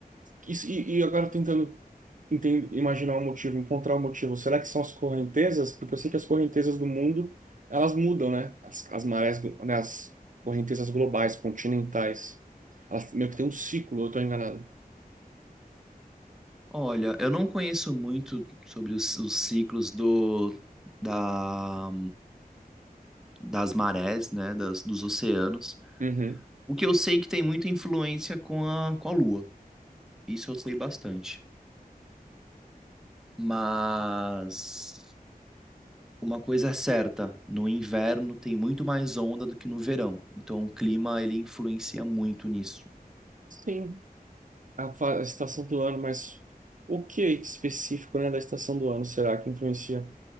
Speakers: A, on the right; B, in the centre.
A: Isso, e, e agora tentando enten- imaginar um motivo, encontrar um motivo. Será que são as correntezas? Porque eu sei que as correntezas do mundo, elas mudam, né? As, as marés, glo- né? As correntezas globais, continentais. Elas meio que tem um ciclo, eu tô enganado.
B: Olha, eu não conheço muito sobre os, os ciclos do, da, das marés, né, das, dos oceanos.
A: Uhum.
B: O que eu sei é que tem muita influência com a, com a Lua. Isso eu sei bastante. Mas uma coisa é certa, no inverno tem muito mais onda do que no verão. Então o clima ele influencia muito nisso.
A: Sim, a, fa- a estação do ano, mas o que específico, né, da estação do ano será que influencia?